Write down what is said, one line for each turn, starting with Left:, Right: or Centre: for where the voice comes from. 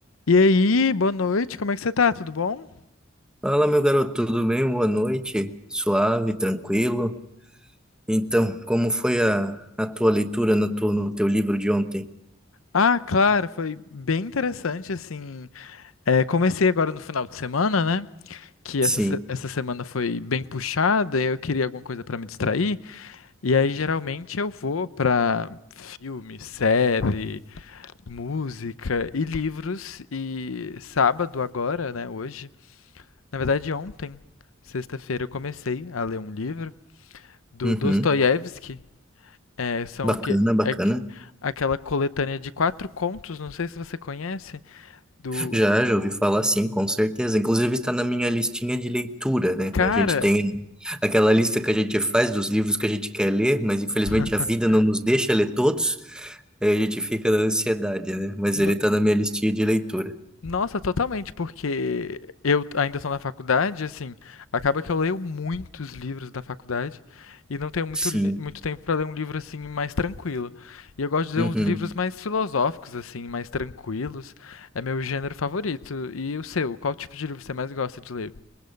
Left: E aí, boa noite, como é que você tá? Tudo bom?
Centre: Fala, meu garoto, tudo bem? Boa noite. Suave, tranquilo. Então, como foi a, a tua leitura no, tu- no teu livro de ontem?
Left: Ah, claro, foi bem interessante, assim. É, comecei agora no final de semana, né? Que
Centre: Sim.
Left: essa, se- essa semana foi bem puxada, eu queria alguma coisa pra me distrair. E aí, geralmente, eu vou pra filme, série, música e livros. E sábado agora, né? Hoje. Na verdade, ontem, sexta-feira, eu comecei a ler um livro do
Centre: Uhum.
Left: Dostoiévski. É, são
Centre: Bacana,
Left: aque,
Centre: bacana.
Left: aque- aquela coletânea de quatro contos, não sei se você conhece, do
Centre: Já, já ouvi falar, sim, com certeza. Inclusive está na minha listinha de leitura, né?
Left: cara.
Centre: A gente tem aquela lista que a gente faz dos livros que a gente quer ler, mas infelizmente
Left: <laughs>
Centre: a vida não nos deixa ler todos. Aí a gente fica na ansiedade, né? Mas
Left: no-
Centre: ele está na minha listinha de leitura.
Left: Nossa, totalmente, porque eu ainda estou na faculdade, assim, acaba que eu leio muitos livros da faculdade e não tenho muito,
Centre: Sim.
Left: li- muito tempo para ler um livro assim mais tranquilo. E eu gosto de
Centre: Uhum.
Left: ler uns livros mais filosóficos, assim, mais tranquilos. É meu gênero favorito. E o seu? Qual tipo de livro você mais gosta de ler?